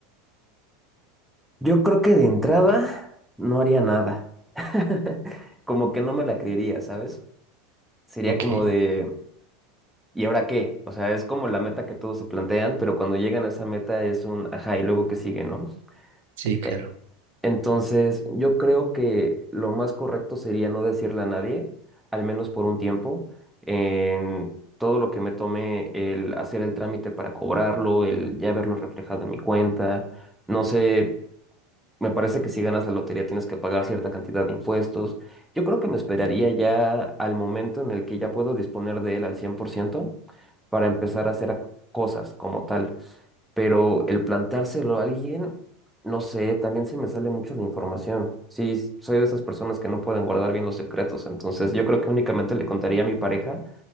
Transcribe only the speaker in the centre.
Yo creo que de entrada no haría nada. <laughs> Como que no me la creería, ¿sabes? Sería
como de... ¿Y ahora qué? O sea, es como la meta que todos se plantean, pero cuando llegan a esa meta es un, ajá, y luego qué sigue, ¿no?
E- Entonces, yo creo que lo más correcto sería no decirle a nadie, al menos por un tiempo, en todo lo que me tome el hacer el trámite para cobrarlo, el ya verlo reflejado en mi cuenta, no sé. Me parece que si ganas la lotería tienes que pagar cierta cantidad de impuestos. Yo creo que me esperaría ya al momento en el que ya puedo disponer de él al 100% para empezar a hacer ac- cosas como tal. Pero el plantárselo a alguien, no sé, también se me sale mucho la información. Sí, s- soy de esas personas que no pueden guardar bien los secretos. Entonces yo creo que únicamente le contaría a mi pareja